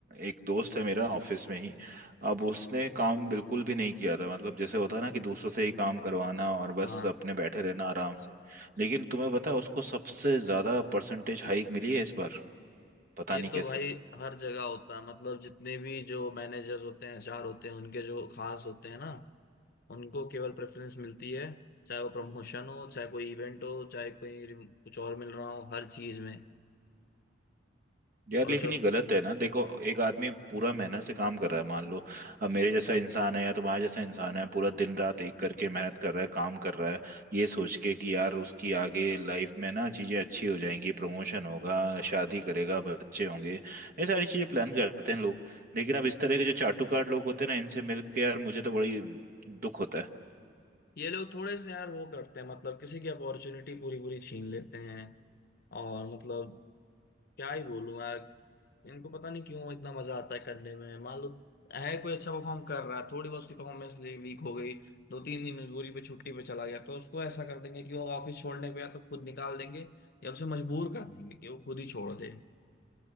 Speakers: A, on the right; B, on the left.
A: एक दोस्त है मेरा ऑफिस में ही अब उसने काम बिल्कुल भी नहीं किया था मतलब जैसे होता है ना कि दूसरों से ही काम करवाना और बस
B: हाँ
A: अपने बैठे रहना आराम से लेकिन तुम्हें पता है उसको सबसे ज्यादा परसेंटेज हाइक मिली है इस बार पता
B: ये
A: नहीं कैसे
B: तो भाई हर जगह होता है मतलब जितने भी जो मैनेजर्स होते हैं एचआर होते हैं उनके जो खास होते हैं ना उनको केवल प्रेफरेंस मिलती है चाहे वो प्रमोशन हो चाहे कोई इवेंट हो चाहे कोई कुछ और मिल रहा हो हर चीज में
A: यार
B: और
A: लेकिन
B: जो
A: ये गलत है ना देखो एक आदमी पूरा मेहनत से काम कर रहा है मान लो अब मेरे जैसा इंसान है या तुम्हारे जैसा इंसान है पूरा दिन रात एक करके मेहनत कर रहा है काम कर रहा है ये सोच के कि यार उसकी आगे लाइफ में ना चीजें अच्छी हो जाएंगी प्रमोशन होगा शादी करेगा बच्चे होंगे ये सारी चीजें प्लान करते हैं लोग लेकिन अब इस तरह के जो चाटुकार लोग होते हैं ना इनसे मिलके यार मुझे तो बड़ी दुख होता है
B: ये लोग थोड़े से यार वो करते हैं मतलब किसी की अपॉर्चुनिटी पूरी पूरी छीन लेते हैं और मतलब क्या ही बोलूं यार इनको पता नहीं क्यों इतना मजा आता है करने में मान लो है कोई अच्छा परफॉर्म कर रहा है थोड़ी बहुत उसकी परफॉर्मेंस वीक हो गई दो तीन दिन मजबूरी पे छुट्टी पे चला गया तो उसको ऐसा कर देंगे कि वो ऑफिस छोड़ने पे या तो खुद निकाल देंगे या उसे मजबूर कर देंगे कि वो खुद ही छोड़ दे